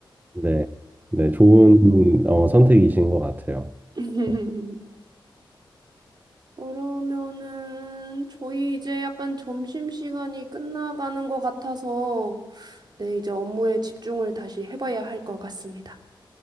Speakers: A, on the right; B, on the right.
A: 네, 네, 좋은 어, 선택이신 것 같아요.
B: <laughs>
A: 네.
B: 그러면은, 저희 이제 약간 점심시간이 끝나가는 것 같아서, 네, 이제 업무에 집중을 다시 해봐야 할 것 같습니다.